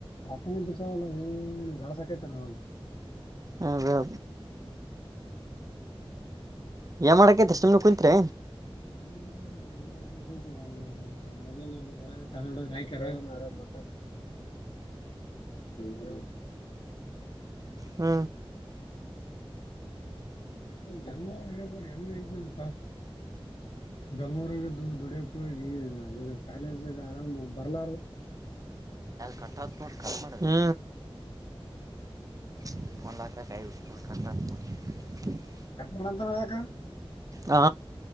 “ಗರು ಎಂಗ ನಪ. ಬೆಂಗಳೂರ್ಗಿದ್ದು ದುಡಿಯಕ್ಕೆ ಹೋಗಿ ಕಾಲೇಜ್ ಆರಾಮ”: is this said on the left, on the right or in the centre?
Left